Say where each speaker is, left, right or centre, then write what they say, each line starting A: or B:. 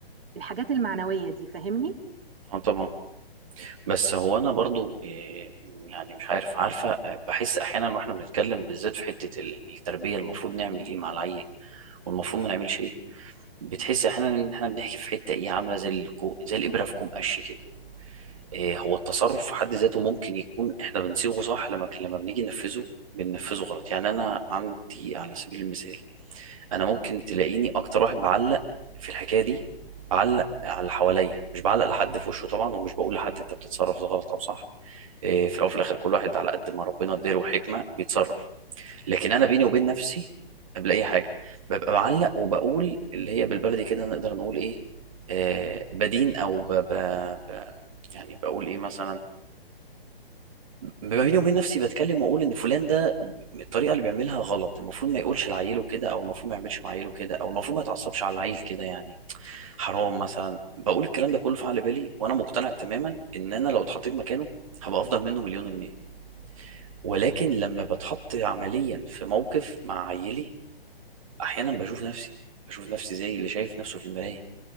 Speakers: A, on the right (about 65°); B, on the right (about 35°).
A: الحاجات المعنوية دي فاهمني
B: اه طبعا بس هو انا برضو إيه، يعني مش عارف عارفه آه، بحس احيانا واحنا بنتكلم بالذات في حته ال- التربيه المفروض نعمل ايه مع العيل والمفروض ما نعملش ايه بتحس احيانا ان احنا بنحكي في حته ايه عامله زي الكو زي الابره في كوم قش كده إيه هو التصرف في حد ذاته ممكن يكون احنا بنصيغه صح لما لما بنيجي ننفذه بننفذه غلط يعني انا عندي على سبيل المثال انا ممكن تلاقيني اكتر واحد بعلق في الحكايه دي بعلق على اللي حواليا مش بعلق لحد في وشه طبعا ومش بقول لحد انت بتتصرف ده غلط او صح إيه، في الاول وفي الاخر كل واحد على قد ما ربنا اداله حكمه بيتصرف لكن انا بيني وبين نفسي قبل اي حاجه ببقى بعلق وبقول اللي هي بالبلدي كده نقدر نقول ايه آه بدين او ب ب ب يعني بقول ايه مثلا ببقى بيني وبين نفسي بتكلم واقول ان فلان ده الطريقه اللي بيعملها غلط المفروض ما يقولش لعيله كده او المفروض ما يعملش مع عيله كده او المفروض ما يتعصبش على العيل كده يعني حرام مثلا بقول الكلام ده كله في عقل بالي وانا مقتنع تماما ان انا لو اتحطيت مكانه هبقى افضل منه مليون المية ولكن لما بتحط عمليا في موقف مع عيلي احيانا بشوف نفسي بشوف نفسي زي اللي شايف نفسه في المرايه